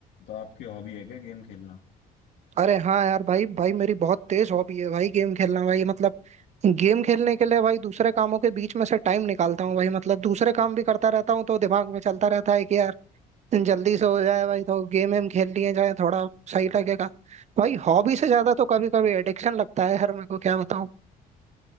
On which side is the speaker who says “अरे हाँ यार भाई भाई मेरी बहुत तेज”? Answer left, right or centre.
Right